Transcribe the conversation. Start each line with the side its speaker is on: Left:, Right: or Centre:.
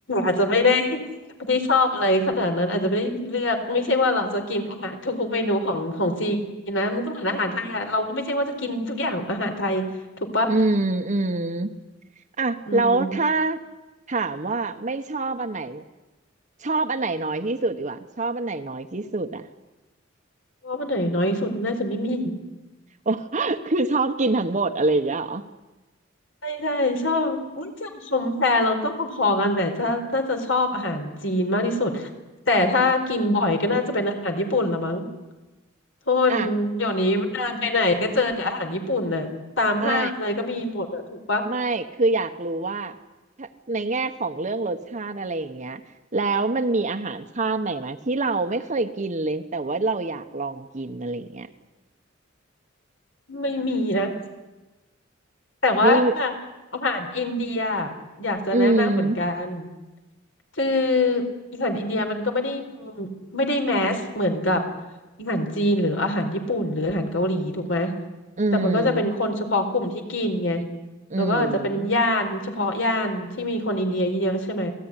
Left: อาจจะไม่ได้ไม่ได้ชอบอะไรขนาดนั้นอาจจะไม่ได้เลือกไม่ใช่ว่าเราจะกินอาหารทุกๆเมนูของของจีนนะมันก็เหมือนอาหารไทยอะเราก็ไม่ใช่ว่าจะกินทุกอย่างอาหารไทยถูกปะ
Right: อืมอืมอ่ะแล้วถ้า
Left: อืม
Right: ถามว่าไม่ชอบอันไหนชอบอันไหนน้อยที่สุดดีกว่าชอบอันไหนน้อยที่สุดอ่ะ
Left: ว่ามันไหนน้อยสุดน่าจะไม่มี
Right: โอ้ <laughs> คือชอบกินทั้งหมดอะไรอย่างเงี้ยเหรอ
Left: ใช่ใช่ชอบน่าจะชมแพรเราก็พอๆกันแต่ถ้าน่าจะชอบอาหารจีนมากที่สุดแต่ถ้ากินบ่อยก็น่าจะเป็นอาหารญี่ปุ่นละมั้ง ทุนเดี๋ยวนี้เดินไปไหนก็เจอแต่อาหารญี่ปุ่นน่ะตามห้างอะไรก็มีหมดอะถูกปะ
Right: อ่ะ ไม่ไม่คืออยากรู้ว่าถ้าในแง่ของเรื่องรสชาติอะไรอย่างเงี้ยแล้วมันมีอาหารชาติไหนไหมที่เราไม่เคยกินเลยแต่ว่าเราอยากลองกินอะไรอย่างเงี้ย
Left: ไม่มีนะ แต่ว่า
Right: มี
Left: อาหารอินเดียอยากจะแนะนำเหมือนกัน
Right: อืม
Left: คืออาหารอินเดียมันก็ไม่ได้ไม่ได้แมสเหมือนกับอาหารจีนหรืออาหารญี่ปุ่นหรืออาหารเกาหลีถูกไหม
Right: อืม
Left: แต่มันก็จะเป็นคนเฉพาะกลุ่มที่กินไง
Right: อืม
Left: แล้วก็อาจจะเป็นย่านเฉพาะย่านที่มีคนอินเดียเยอะๆใช่ไหม